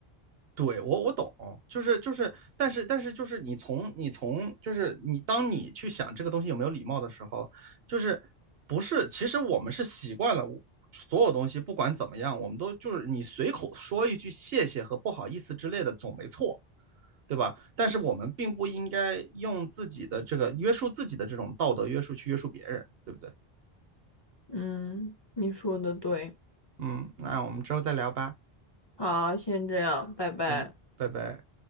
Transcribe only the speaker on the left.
嗯，你说的对。
好，先这样，拜拜。